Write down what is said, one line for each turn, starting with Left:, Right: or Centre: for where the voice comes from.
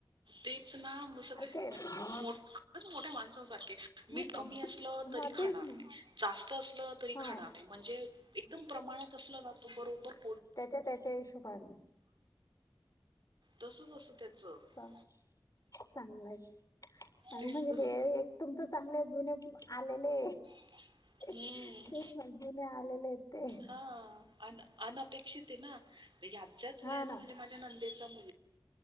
Right: तेच ना सगळे
Left: आहेत
Right: मो खरंच मोठ्या माणसांसारखे
Left: नाही
Right: मीठ कमी
Left: का
Right: असलं त
Left: हा
Right: खाणार
Left: तेच ना
Right: नाही जास्त असलं तरी
Left: हा
Right: खाणार नाही म्हणजे -- एकदम प्रमाणात असलं ना तो बरोबर --
Left: त्याच्या त्याच्या हिशोबाने.
Right: तस जसं त्याच- -
Left: चांगलंय म्हणजे
Right: तेच
Left: ते तुमच चांगलं जुने आलेले
Right: <unintelligible>
Left: तेच
Right: हम्म
Left: ना जुने आलेले आहेत ते
Right: हा. अ अनपेक्षित हे ना. ह्याच्याच
Left: हा
Right: वयाचा
Left: ना
Right: म्हणजे माझ्या नंदेचा मु